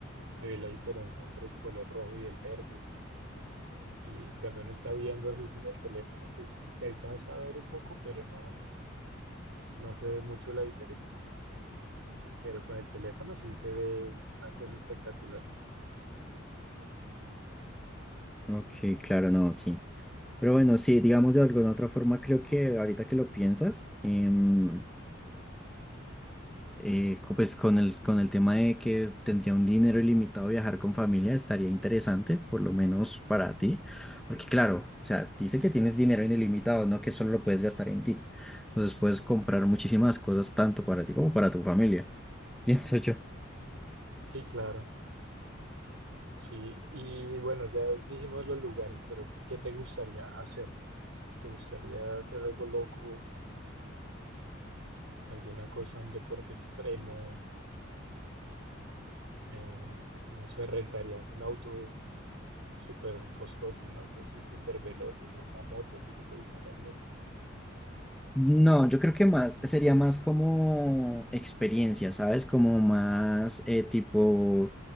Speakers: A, on the right; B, in the centre.
A: se ve la diferencia entre el color rojo y el verde. Y cuando uno está viendo así sin el teléfono, pues se alcanza a ver un poco, pero no, no se ve mucho la diferencia. Pero con el teléfono sí se ve una cosa espectacular.
B: Ok, claro, no, sí. Pero bueno, sí, digamos de alguna otra forma, creo que ahorita que lo piensas, em, eh, co- pues con el, con el tema de que tendría un dinero ilimitado viajar con familia, estaría interesante, por lo menos para ti, porque claro, o sea, dice que tienes dinero ilimitado, no que solo lo puedes gastar en ti. Entonces puedes comprar muchísimas cosas tanto para ti como para tu familia, <laughs> pienso yo.
A: Sí, claro. Sí, y bueno, ya dijimos los lugares, pero ¿qué te gustaría hacer? ¿Te gustaría hacer algo loco, alguna cosa, un deporte extremo? Eh, no sé, ¿rentarías un auto súper costoso, un auto súper veloces o una moto? ¿A ti que te gustan las motos?
B: No, yo creo que más, sería más como experiencia, ¿sabes? Como más eh, tipo,